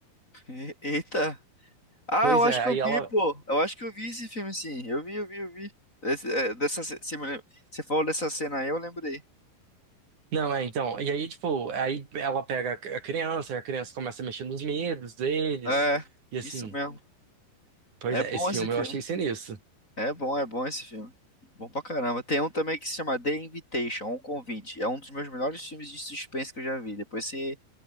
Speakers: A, on the left; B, on the right.
A: <laughs> E- Eita! Ah,
B: Pois
A: eu acho
B: é,
A: que
B: aí
A: eu
B: ela
A: vi, pô. Eu acho que eu vi esse filme, sim. Eu vi, eu vi, eu vi. Esse- é, dessa, ce- você, me lem- você falou dessa cena aí, eu lembrei.
B: Não, é, então, e aí, tipo, aí ela pega a criança, a criança começa a mexer nos medos deles,
A: É,
B: e assim,
A: isso mesmo.
B: pois
A: É
B: é,
A: bom
B: esse
A: esse
B: filme
A: filme.
B: eu achei sinistro.
A: É bom, é bom esse filme. Bom pra caramba. Tem um também que se chama The Invitation, Um Convite. É um dos meus melhores filmes de suspense que eu já vi. Depois você,